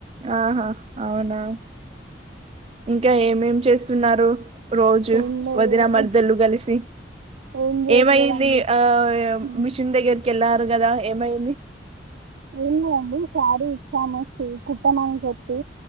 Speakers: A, on the right; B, on the right.
A: ఆహా అవునా ఇంకా ఏమేం చేస్తున్నారు? రోజు
B: ఏం లేదు
A: వదిన, మర్దలు
B: ఇప్-
A: కలిసి
B: ఏం చేయట్లేదండి
A: ఏమయింది. ఆ
B: ఉమ్.
A: మిషన్ దగ్గరికేళ్ళారు గదా ఏమైంది.
B: ఏం లేదండి. శారీ ఇచ్చాము స్ట్ కుట్టమని చెప్పి.